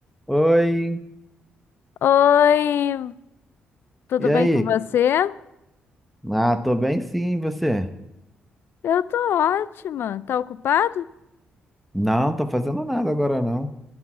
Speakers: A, in the centre; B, on the left (about 65°).
A: Oi,
B: Oi, tudo
A: e
B: bem
A: aí?
B: com você?
A: Ah, tô bem sim, e você?
B: Eu tô ótima. Tá ocupado?
A: Não, tô fazendo nada agora não.